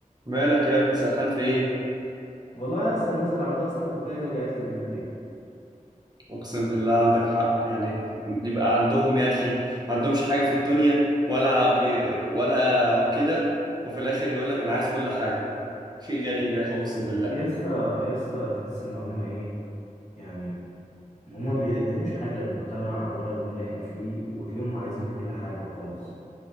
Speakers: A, on the right; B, on the left.
A: مالك يا ابني سرحان في ايه
B: والله يا اسطى الناس اللي عندها استحقاقية دي وجعت لي دماغي
A: اقسم بالله عندك حق يعني يبقى عندهم يا اخي ما عندهمش حاجه في الدنيا ولا بي ولا كده وفي الاخر يقول لك انا عايز كل حاجه شيء غريب يا اخي اقسم بالله
B: يا اسطى يا اسطى تحس ان هم ايه يعني هم ما بيقدموش حاجة للمجتمع ولا اللي احنا فيه وتلاقيهم عايزين كل حاجة وخلاص